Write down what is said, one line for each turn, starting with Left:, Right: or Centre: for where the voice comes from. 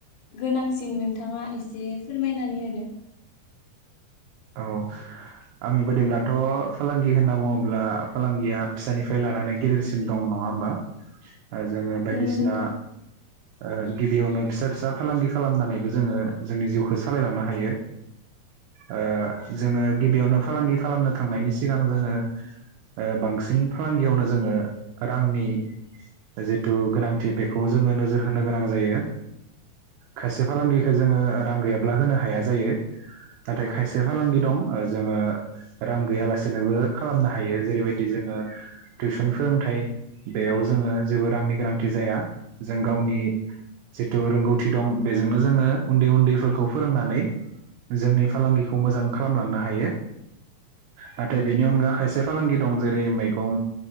Left: गोनांसिन नोंथाङा एसे फोरमायनानै होदो
Right: औ आंनि बादिब्लाथ फालांगि होनना बुङोब्ला फालांगिया फिसानिफ्राय लानानै गेदेरसिम दं नङा होमबा। जोङो बायदिसिना
Left: नंगौ नोंथां
Right: ओ गिबियावनो फिसा फिसा फालांगि खालामनानैबो जोङो जोंनि जिउखौ सालायलांनो हायो। ओ जोङो गिबियावनो फालांगि खालामनो थांनायनि सिगां जोङो ओ बांसिन फालांगियावनो जोङो रांनि जिथु गोनांथि बेखौ जोङो नोजोर होनो गोनां जायो खायसे फालांगिखौ जोङो रां गैयाब्ला होनो हाया जायो। नाथाय खायसे फालांगि दं जोङो रां गैयालासेनोबो खालामनो हायो जेरैबायदि जोङो टिउसन फोरोंथाइ बेयाव जोङो जेबो रांनि गोनांथि जाया जों गावनि जिथु रोंगौथि दं बेजोंनो जोङो उन्दै उन्दैफोरखौ फोरोंनानै जोंनि फालांगिखौ मोजां खालामलांनो हायो नाथाय बेनि अनगा खायसे फालांगि दं जेरै मैगं